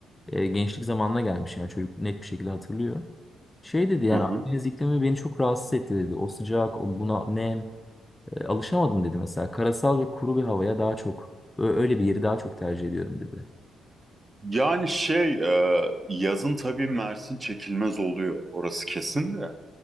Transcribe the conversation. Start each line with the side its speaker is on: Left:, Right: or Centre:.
Left: E, gençlik zamanına gelmiş yani çocuk net bir şekilde hatırlıyor. Şey dedi yani
Right: Hı hı.
Left: Akdeniz iklimi beni çok rahatsız etti dedi. O sıcak, o buna nem, e, alışamadım dedi mesela. Karasal ve kuru bir havaya daha çok, ö- öyle bir yeri daha çok tercih ediyorum dedi.
Right: Yani şey e, yazın tabii Mersin çekilmez oluyor orası kesin de.